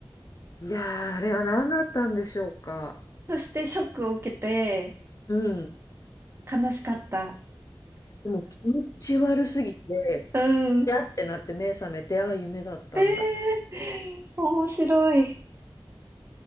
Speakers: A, on the left; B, on the right.
A: い。いやー、あれは何だったんでしょうか。
B: そしてショックを受けて
A: うん。
B: 悲しかった。
A: でも気持ち悪すぎて、
B: うん。
A: やってなって目覚めて、あ、夢だったんだ。
B: ええ面白い。